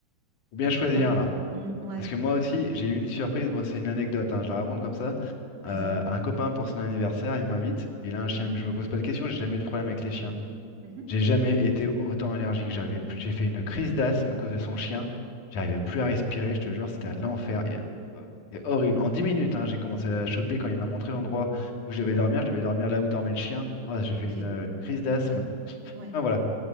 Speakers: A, on the left (about 70°); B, on the right (about 85°).
A: Faut bien choisir
B: tu vois.
A: là.
B: Mm, ouais,
A: Parce que moi aussi, j'ai eu une surprise. Bon, c'est une anecdote, hein, je la raconte comme ça.
B: vas-y.
A: Euh, un copain pour son anniversaire, il m'invite. et Il a un chien, mais je me pose pas de questions. J'ai jamais eu de problème avec les chiens.
B: Mhm,
A: J'ai jamais été autant allergique. J'arrivais plus- J'ai fait une crise d'asthme à cause de son chien. J'arrivais
B: mm.
A: plus à respirer. Je te jure, c'était un enfer. Et, euh, C'était horrible. En 10 minutes, hein, j'ai commencé à la choper quand il m'a montré l'endroit où je devais
B: Bon,
A: dormir. Je devais dormir là où dormait le chien. Oh, j'ai
B: ok.
A: fait une, euh, une crise d'asthme.
B: Ouais, ouais,
A: Enfin voilà.